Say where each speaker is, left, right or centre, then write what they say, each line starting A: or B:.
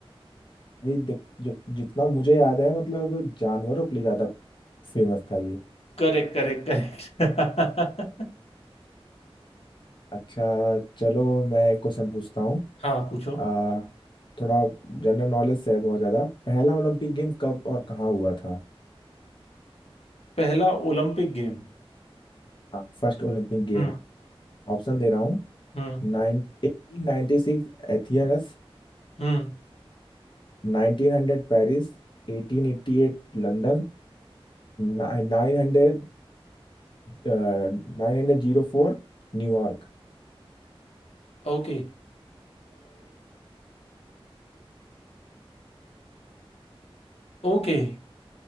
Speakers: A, on the left; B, on the left.
A: ये देख जो जितना मुझे याद है मतलब जानवरों के लिए ज्यादा फेमस था ये
B: Correct correct correct
A: अच्छा चलो मैं एक क्वेश्चन पूछता हूँ
B: <laughs> हाँ पूछो
A: आ, थोड़ा जनरल नॉलेज से है बहुत ज्यादा पहला ओलंपिक गेम कब और कहाँ हुआ था
B: पहला ओलंपिक गेम
A: हाँ फर्स्ट ओलंपिक गेम
B: हम्म
A: ऑप्शन दे रहा हूँ
B: हम्म
A: Nine eighteen ninety six Athens
B: हम्म
A: Nineteen hundred Paris Eighteen eighty eight London Nine hundred nine hundred zero four New York
B: ओके ओके